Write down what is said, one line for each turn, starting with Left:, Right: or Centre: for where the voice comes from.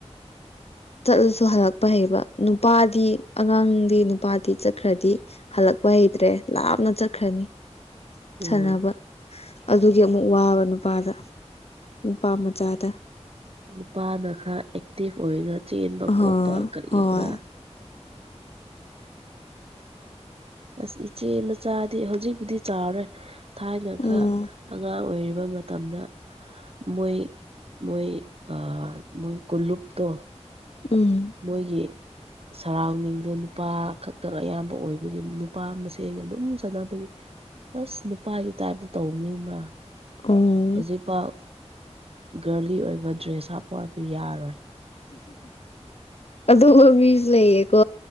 Left: ꯆꯠꯂꯁꯨ ꯍꯜꯂꯛꯄ ꯍꯩꯕ ꯅꯨꯄꯥꯗꯤ ꯑꯉꯥꯡꯗꯤ ꯅꯨꯄꯥꯗꯤ ꯆꯠ ꯈꯔꯗꯤ ꯍꯜꯂꯛꯄ ꯍꯩꯇ꯭ꯔꯦ ꯂꯥꯞꯅ ꯆꯠꯈ꯭ꯔꯅꯤ
Right: ꯎꯝ
Left: ꯁꯥꯟꯅꯕ ꯑꯗꯨꯒꯤ ꯑꯃꯨꯛ ꯋꯥꯕ ꯅꯨꯄꯥꯗ ꯅꯨꯄꯥ ꯃꯆꯥꯗ
Right: ꯅꯨꯄꯥꯅ ꯈꯔ ꯑꯦꯛꯇꯤꯚ ꯑꯣꯏꯅ ꯆꯦꯟꯕ
Left: ꯑ
Right: ꯈꯣꯠꯄ ꯀꯔꯤ
Left: ꯍꯣꯏ
Right: ꯀꯔꯥ ꯑꯁ ꯏꯆꯦ ꯃꯆꯥꯗꯤ ꯍꯧꯖꯤꯛꯄꯨꯗꯤ ꯆꯥꯎꯔꯦ ꯊꯥꯏꯅ
Left: ꯎꯝ
Right: ꯈꯔ ꯑꯉꯥꯡ ꯑꯣꯏꯔꯤꯕ ꯃꯇꯝꯗ ꯃꯣꯏ ꯃꯣꯏ ꯑꯥ ꯃꯣꯏ ꯀꯨꯜꯂꯨꯨꯞꯇꯣ
Left: ꯎꯝ
Right: ꯃꯣꯏꯒꯤ ꯁꯔꯥꯎꯟꯗꯤꯡꯗ ꯅꯨꯄꯥ ꯈꯛꯇꯅ ꯑꯌꯥꯝꯕ ꯑꯣꯏꯕꯒꯤ ꯅꯨꯄꯥ ꯃꯁꯦꯟ ꯑꯗꯨꯝ ꯁꯥꯅꯕꯒꯤ ꯕꯁ ꯅꯨꯄꯥꯒꯤ ꯇꯥꯏꯞꯇ ꯇꯧꯅꯤꯡꯕ
Left: ꯎꯝ
Right: ꯍꯧꯖꯤꯛꯐꯥꯎ ꯒꯥꯔꯂꯤ ꯑꯣꯏꯕ ꯗ꯭ꯔꯦꯁ ꯍꯥꯞꯄꯣ ꯍꯥꯏꯕ ꯌꯥꯔꯣꯏ
Left: ꯑꯗꯨꯝꯕ ꯃꯤꯖꯨ ꯂꯩꯌꯦꯀꯣ